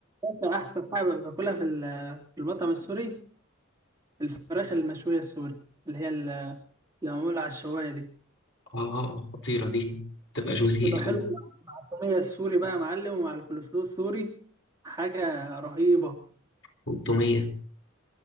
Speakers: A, on the right (about 15°); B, on the left (about 65°).
A: ماشي احسن حاجه باكلها في ال- في المطعم السوري الفراخ المشويه السوري اللي هي ال- اللي معموله على الشوايه دي
B: آه آه خطيرة دي تبقى جوزي
A: تبقى حلوه
B: أوي
A: مع الطوميه السوري بقى يا معلم ومع الكولسلو السوري حاجه رهيبه
B: والتومية